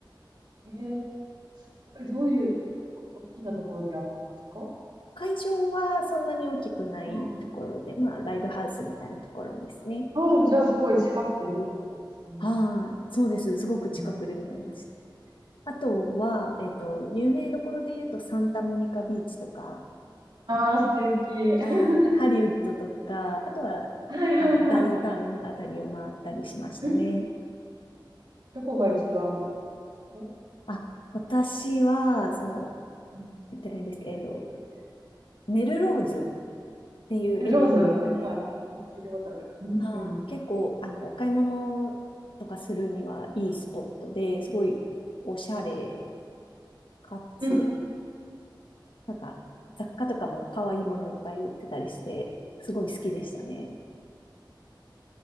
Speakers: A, on the right; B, on the left.
A: えー、すごい。どういうこ大きなところでやったんですか
B: 会場はそんなに大きくないところで、
A: あ
B: まあ、ライブハウスみたいなところですね。
A: あ、あじゃあすごい近くてよかったですね。
B: はい。そうです。すごく近くで見れました。
A: うん、
B: あとは、えっと、有名どころで言うと、サンタモニカビーチとか、
A: ああ、素敵。
B: はいハリウッドとか、
A: <laughs>
B: あとは、
A: はいはいはい。
B: あの、ダウンタウンあたりを回ったりしましたね。
A: うん、どこが一番良かったですか
B: あ、私は、その、
A: うん。
B: 言ってないんですけど、
A: ライブ以外で。
B: メルローズっていうエリアがあって、
A: え、ローズ、はいはい。聞いたことある。うん。
B: はい結構、
A: うん。
B: あの、お買い物とかするにはいいスポットで、すごいおしゃれかつ、
A: うん
B: なんか、雑貨とかも可愛いものいっぱい売ってたりして、すごい好きでしたね。